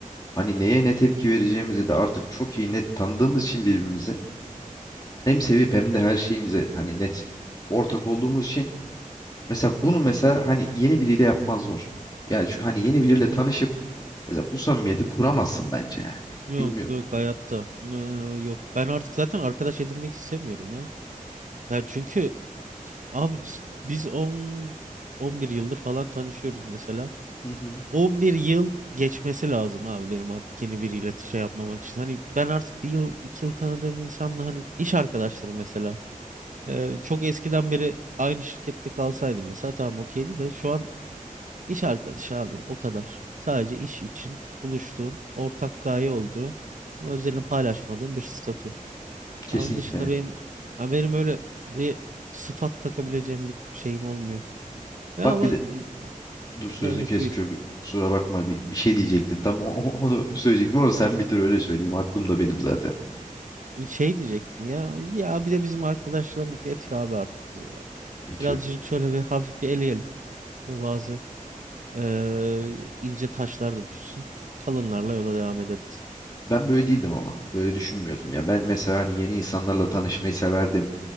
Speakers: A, on the left; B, on the right.
A: Hani neye ne tepki vereceğimizi de artık çok iyi net tanıdığımız için birbirimize hem sevip hem de her şeyimize hani net ortak olduğumuz için mesela bunu mesela hani yeni biriyle yapmaz zor. Yani şu- hani yeni biriyle tanışıp mesela bu samimiyeti kuramazsın bence ya.
B: Yok
A: Bilmiyorum.
B: yok hayatta. Ee, yok. Ben artık zaten arkadaş edinmek istemiyorum ya. Ya çünkü abi s- biz on 11 yıldır falan tanışıyoruz mesela.
A: Hı hı.
B: on bir yıl geçmesi lazım abi benim artık yeni biriyle şey yapmam için. Hani ben artık bir yıl iki yıl tanıdığım insanla hani iş arkadaşları mesela. Ee, çok eskiden beri aynı şirkette kalsaydım mesela tamam okeydi de şu an iş arkadaşı abi o kadar. Sadece iş için buluştuğun ortak gaye olduğu ama özelini paylaşmadığın bir statü.
A: Kesinlikle.
B: Ya onun dışında benim haberim öyle bir sıfat takabileceğim bir şeyim olmuyor. Ya
A: Bak
B: ama
A: bir de
B: e,
A: dur sözünü
B: evet
A: kesip
B: buyur.
A: çok kusura bakma bir, bir şey diyecektim. Tam o- o- onu söyleyecektim ama sen bitir öyle söyleyeyim. Aklımda benim zaten
B: E, Şey diyecektim ya ya bir de bizim arkadaşlarımız yetiyor abi artık bize ya.
A: yetiyor.
B: Birazcık şöyle bir hafif bir eleyelim ve bazı e, ince taşlar da düşsün. Kalınlarla yola devam ederiz.
A: Ben böyle değildim ama. Böyle düşünmüyordum ya. Ben mesela hani yeni insanlarla tanışmayı severdim.